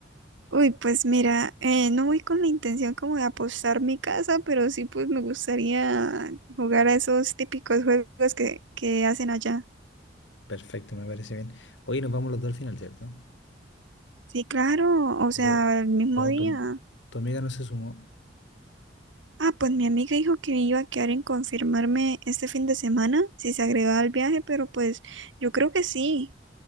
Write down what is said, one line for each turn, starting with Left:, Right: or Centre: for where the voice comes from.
Right: Uy, pues mira, eh, no voy con la intención como de apostar mi casa, pero sí pues me gustaría jugar a esos típicos juegos que, que hacen allá.
Left: Perfecto, me parece bien. Hoy nos vamos los dos al final, ¿cierto?
Right: Sí, claro, o sea,
Left: O-
Right: el mismo
Left: o
Right: día.
Left: tu, tu amiga no se sumó.
Right: Ah, pues mi amiga dijo que iba a quedar en confirmarme este fin de semana si se agregaba al viaje, pero pues yo creo que sí.